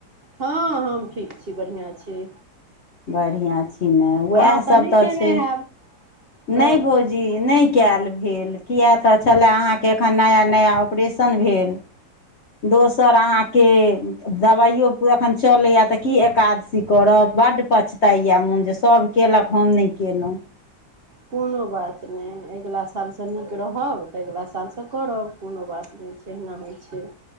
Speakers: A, on the right (about 45°); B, on the left (about 55°).
A: हँ हम ठीक छी बढ़िया छी
B: बढ़िआँ छी ने
A: अहाँ
B: वेएहसभ
A: नहि
B: तऽ
A: केने
B: छैय
A: हैब व्रत
B: नहि भौज जी नहि केयल भेल किया तऽ छलए अहाँके एखन नया नया ऑपरेशन भेल दोसर अहाँके दबाइयो एखन चलैया तअ की एकादशी करब बड्ड पछताएया मोन जे सभ केलक हम नहि केलहुँ
A: कोनो बात नेय अगिला सालसँ नीक रहब तऽ अगिला सालसँ करब कोनो बात नेय। तहिना होइ छैय